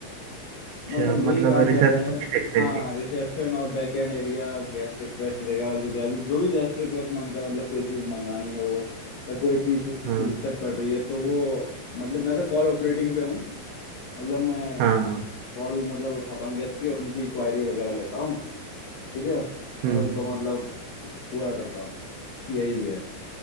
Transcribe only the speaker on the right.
अच्छा
मतलब
रिसेप्शन
एक
तरीके
हाँ
हाँ हाँ
हम्म